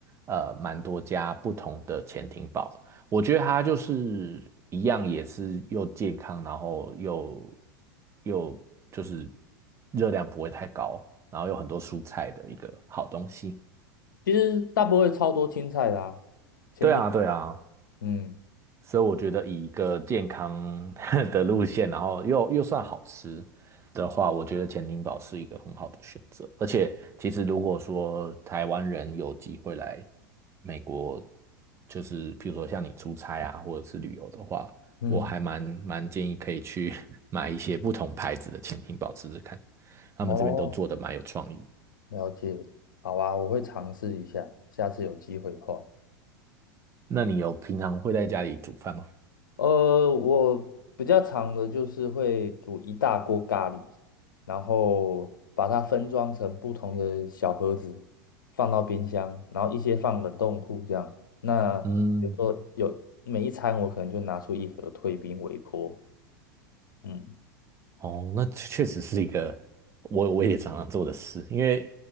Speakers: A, on the right; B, on the left.
A: 呃蛮多家不同的潜艇堡，我觉得它就是一样，也是又健康，然后又又就是热量不会太高，然后有很多蔬菜的一个好东西。
B: 其实大部位超多青菜的啊，前提
A: 对啊，对啊，
B: 嗯
A: 所以我觉得以一个健康 <laughs> 的路线，然后又又算好吃的话，我觉得潜艇堡是一个很好的选择。而且，其实如果说台湾人有机会来美国，就是譬如说像你出差啊，或者是旅游的话，
B: 嗯，
A: 我还蛮蛮建议可以去 <laughs> 买一些不同牌子的潜艇堡试试看，他们这边都做的蛮有创意。
B: 哦，了解，好啊，我会尝试一下，下次有机会的话。
A: 那你有平常会在家里煮饭吗？
B: 呃，我比较常的就是会煮一大锅咖喱，然后把它分装成不同的小盒子，放到冰箱，然后一些放冷冻库这样。那比如说有每一餐，
A: 嗯。
B: 我可能就拿出一盒退冰微波。嗯，
A: 哦，那确实是一个我我也常常做的事，因为